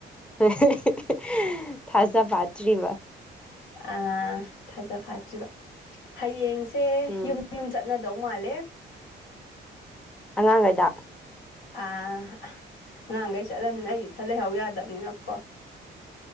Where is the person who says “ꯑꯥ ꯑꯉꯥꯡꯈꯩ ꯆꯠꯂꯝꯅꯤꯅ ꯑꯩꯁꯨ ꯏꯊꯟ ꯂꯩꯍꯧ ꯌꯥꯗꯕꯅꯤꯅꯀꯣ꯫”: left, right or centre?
Left